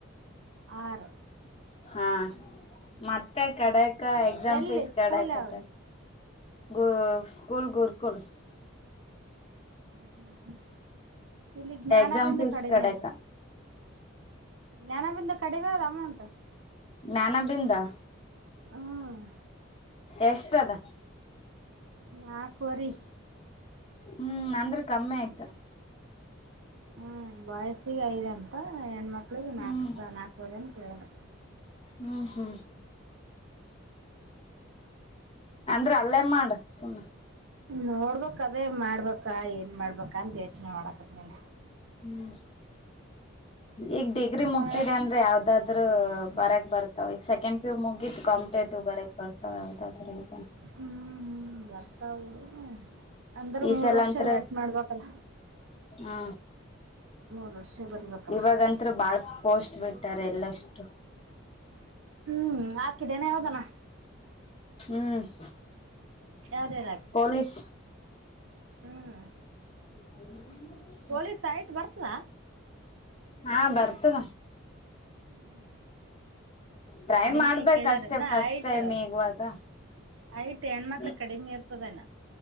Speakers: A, on the right; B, on the left.
A: ಆರು.
B: ಹಾ ಮತ್ತೆ ಕಡೇಕ ಎಕ್ಸಾಮ್
A: ಎಲ್ಲಿ
B: ಫೀಸ್
A: ಸ್ಕೂಲ್
B: ಕಡೈ ಕತ.
A: ಯಾವ್ದು
B: ಗು ಸ್ಕೂಲ್ ಗುರುಕುಲ್.
A: ಹ್ಮ್ ಹ್ಮ್ ಹ್ಮ್ ಇಲ್ಲಿ ಜ್ಞಾನಬಿಂದು
B: ಎಕ್ಸಾಮ್ ಫೀಸ್
A: ಕಡಿಮೆ
B: ಕಡಕ
A: ಅದ. ಜ್ಞಾನ ಬಿಂದು ಕಡಿಮೆ ಆದಾವ್ ಅಮೌಂಟ್.
B: ಜ್ಞಾನ ಬಿಂದಾ.
A: ಹ್ಮ್-
B: ಎಷ್ಟ ಅದ.
A: ನಾಕುವರಿ.
B: ಹ್ಮ್ ಅಂದ್ರೆ ಕಮ್ಮಿ ಆಯ್ತು.
A: ಹ್ಮ್ ಬಾಯ್ಸ್ಗೆಐದ ಅಂತ ಹೆಣ್ಮಕ್ಳಿಗೆ ನಾಲ್ಕು
B: ಹ್ಮ್
A: ಸ ನಾಲ್ಕವರೆ ಅಂತ ಹೇಳ್ದ.
B: ಹ್ಮ್ ಹ್ಮ್- ಅಂದ್ರ ಅಲ್ಲೇ ಮಾಡು ಸುಮ್ನೆ.
A: ನೋಡ್ಬಕ್ ಅದೇ ಮಾಡ್ಬೇಕಾ ಏನ್ ಮಾಡ್ಬೇಕಾ ಅಂತ ಯೋಚನೆ ಮಾಡಕತಿನಿ.
B: ಹ್ಮ್ ಈಗ ಡಿಗ್ರಿ ಮುಗ್ಸಿದ್ರೆ
A: ಮಾಡ್
B: ಅಂದ್ರೆ ಯಾ. ಅ್ರ ಬರಕ್ ಬರ್ತಾವ ಈಗ ಸೆಕೆಂಡ್ ಪೀಯೂ ಮುಗಿದ ಕಂಪ್ಲೀಟ್ ಬರಕ್ ಬರ್ತಾವ ಯಾವದಾದ್ರೂ ಈಗ.
A: ಹ್ಮ್ ಹ್ಮ್ ಬರ್ತಾವ್ ಬಿಡು ಅಂದ್ರೆ
B: ಈ
A: ಮೂರ್
B: ಸಲ
A: ವರ್ಷ
B: ಅಂತ್ರ
A: ವೇಟ್ ಮಾಡ್ಬೇಕಲ್ಲ.
B: ಹಾ-
A: ಮೂರು ವರ್ಷ. ಬರಿಬೇಕಲ್ಲ
B: ಇವಗಂತ್ರು ಬಾಳ್ ಪೋಸ್ಟ್ ಬಿಟ್ಟಾರೆ ಎಲ್ಲಷ್ಟು.
A: ಹ್ಮ್ ಹಾಕಿದೇನೆ ಯಾವ್ದಾನ.
B: ಹ್ಮ್-
A: ಯಾವ್ಯಾವ್ದ್ ಆ.
B: ಪೊಲೀಸ್.
A: ಹ್ಮ್-.
B: ಹ-
A: ಪೊಲೀಸ್ ಐಟ್ ಬರ್ತದ.
B: ಹಾ ಬರ್ತದ.
A: ಹ್ಮ
B: ಟ್ರೈ
A: ಕಡಿಮೆ
B: ಮಾಡ್ಬೇಕ
A: ಕೇಳಾರನಾ
B: ಅಷ್ಟೇ ಫಸ್ಟ್
A: ಆಯ್ತ.
B: ಟೈಮ್ ಇವಾಗ
A: ಆಯ್ತು ಹೆಣ್ಮಕ್ಳ
B: ಹ್ಮ
A: ಕಡಿಮ ಇರ್ತದನ.